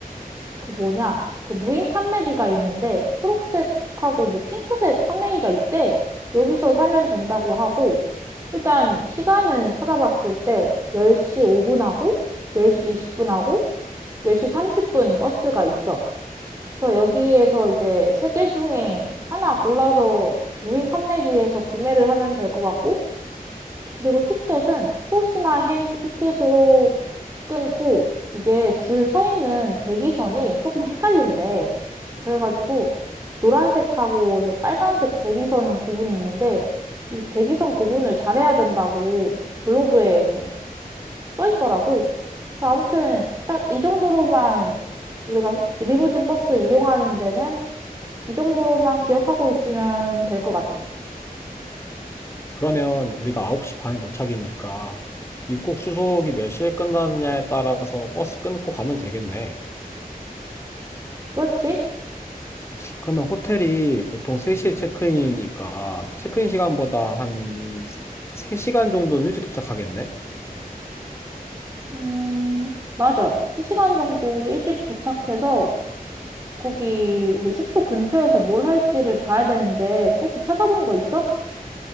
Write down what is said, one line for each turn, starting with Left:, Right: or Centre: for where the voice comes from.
Right: 그 뭐냐? 그 무인 판매기가 있는데 초록색하고 뭐 핑크색 판매기가 있대. 여기서 사면 된다고 하고 일단 시간은 찾아봤을 때 10시 5분하고 10시 20분하고 10시 30분 버스가 있어. 그래서 여기에서 이제 세 개 중에 하나 골라서 무인 판매기에서 구매를 하면 될 것 같고, 그리고 티켓은 히로시마행 티켓으로 끊고, 이게 줄 서 있는 대기선이 조금 헷갈린대. 그래가지고, 노란색하고 이제 빨간색 대기선 구분이 있는데, 이 대기선 구분을 잘해야 된다고 블로그에서 써 있더라고. 그래서 아무튼, 딱 이 정도로만 우리가 리무진 버스 이용하는 데는 이 정도로만 기억하고 있으면 될 것 같아.
Left: 그러면 우리가 9시 반 도착이니까 입국 수속이 몇 시에 끝나느냐에 따라서 버스 끊고 가면 되겠네.
Right: 그렇지?
Left: 그러면 호텔이 보통 3시에 체크인이니까 체크인 시간보다 한 3시간 정도는 일찍 도착하겠네.
Right: 음, 맞아. 3시간 정도 일찍 도착해서 거기 우리 숙소 근처에서 뭘 할지를 봐야 되는데 혹시 찾아본 거 있어?